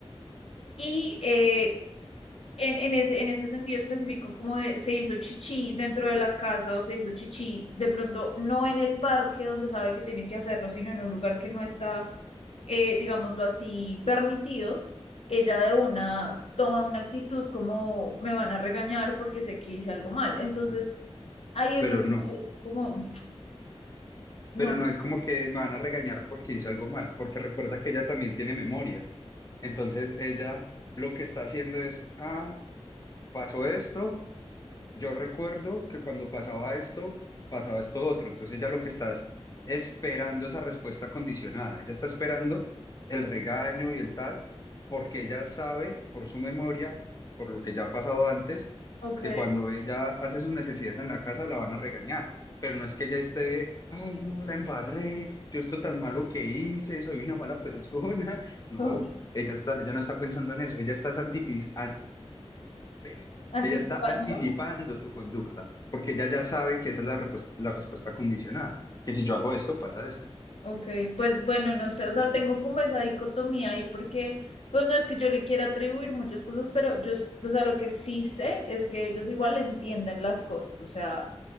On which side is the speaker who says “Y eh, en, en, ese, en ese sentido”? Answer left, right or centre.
Left